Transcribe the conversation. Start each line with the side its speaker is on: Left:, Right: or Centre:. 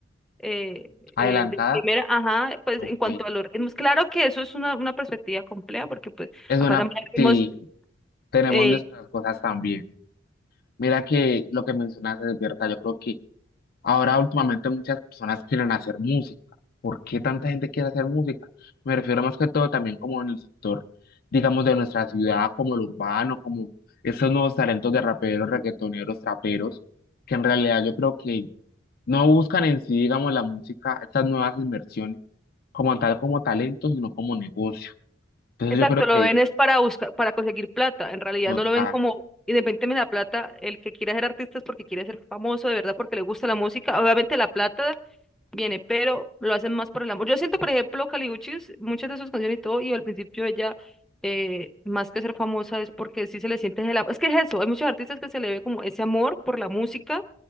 Centre: eh,
Left: adelantada,
Centre: eh, de primera, ajá, pues
Left: ok,
Centre: en cuanto a los ritmos. Claro que eso es una, una perspectiva compleja, porque pues
Left: es
Centre: acá
Left: una,
Centre: también hay ritmos,
Left: sí, tenemos
Centre: eh,
Left: nuestras cosas también. Mira que lo que mencionaste es verdad, yo creo que Ahora últimamente muchas personas quieren hacer música. ¿Por qué tanta gente quiere hacer música? Me refiero más que todo también como en el sector, digamos, de nuestra ciudad, como el urbano, como esos nuevos talentos de raperos, reggaetoneros, traperos, que en realidad yo creo que no buscan en sí, digamos, la música, estas nuevas inversiones, como tal, como talento, sino como negocio. Entonces
Centre: Exacto,
Left: yo creo
Centre: lo
Left: que
Centre: ven es para buscar, para conseguir plata. En realidad
Left: total,
Centre: no lo ven como, independientemente de la plata, el que quiere ser artista es porque quiere ser famoso, de verdad, porque le gusta la música. Obviamente la plata viene, pero lo hacen más por el amor. Yo siento, por ejemplo, Kali Uchis, muchas de sus canciones y todo, y al principio ella, eh, más que ser famosa, es porque sí se le siente el amor. Es que es eso, hay muchos artistas que se le ve como ese amor por la música